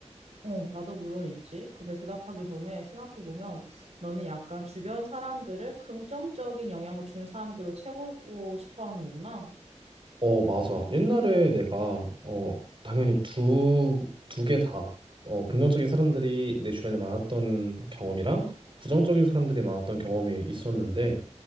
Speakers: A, on the right (about 60°); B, on the right (about 45°).
A: 어, 나도 물론 있지. 근데 대답하기 전에 생각해보면 너는 약간 주변 사람들을 긍정적인 영향을 주는 사람들로 채우고 싶어 하는 거구나.
B: 어, 맞아. 옛날에 내가, 어, 당연히 두, 두 개 다, 어, 긍정적인 사람들이 내 주변에 많았던 경험이랑 부정적인 사람들이 많았던 경험이 있었는데,